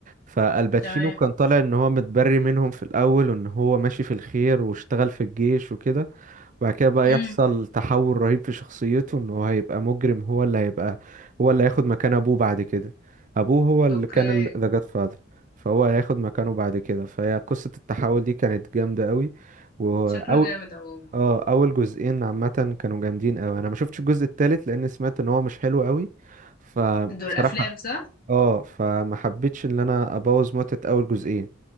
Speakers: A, on the right (about 40°); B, on the left (about 45°).
A: فالباتشينو
B: تمام
A: كان طالع إن هو متبري منهم في الأول وإن هو ماشي في الخير واشتغل في الجيش وكده وبعد كده بقى
B: امم
A: يحصل تحول رهيب في شخصيته ان هو هيبقى مجرم هو اللي هيبقى هو اللي هياخد مكان ابوه بعد كده ابوه هو اللي
B: اوكي
A: كان ذا جاد فاذر فهو هياخد مكانه بعد كده فهي قصة التحول دي كانت جامدة قوي واول
B: شكله جامد عموما
A: اه اول جزئين عامة كانوا جامدين قوي انا ما شفتش الجزء التالت لان سمعت ان هو مش حلو قوي فبصراحة
B: دول افلام صح
A: اه فما حبيتش ان انا ابوظ متعة اول جزئين